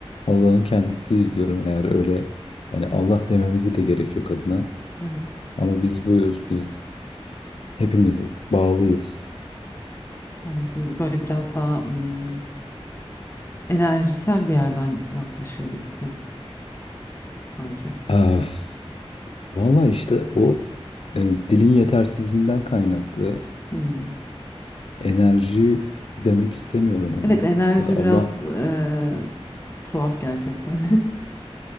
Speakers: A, on the left; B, on the left.
A: Allah'ın kendisiyiz diyorum eğer öyle yani Allah dememize de gerek yok adına.
B: Evet,
A: Ama biz buyuz, biz hepimiz bağlıyız.
B: anladım. Böyle biraz daha hmm, enerjisel bir yerden yaklaşıyor gibisin sanki.
A: Öf. Valla işte o e, dilin yetersizliğinden kaynaklı
B: Hmm.
A: enerji demek istemiyorum ona.
B: Evet, enerji
A: Ya da Allah
B: biraz e, tuhaf gerçekten. <laughs>